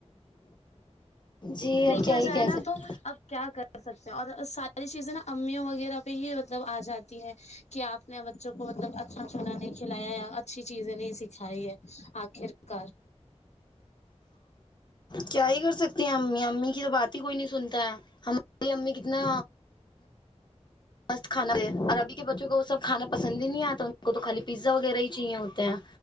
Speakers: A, on the left (about 40°); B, on the left (about 75°).
A: جی اب کیا
B: سا
A: ہی
B: جائے
A: کہہ
B: نا
A: سکتے
B: تو اب کیا کر سکتے ہیں اور ساری چیزیں نا امیوں وغیرہ پہ ہی مطلب آ جاتی ہیں کہ آپ نے بچوں کو مطلب اچھا کھانا نہیں کھلایا یا اچھی چیزیں نہیں سکھائی ہے آخر کار
A: کیا ہی کر سکتی ہیں امی امی کی تو بات ہی کوئی نہیں سنتا ہے ہماری امی کتنا مست کھانا اورربی کے بچوں کو وہ سب کھانا پسند ہی نہیں آتا ان کو تو خالی پیزا وغیرہ ہی چاہیے ہوتے ہیں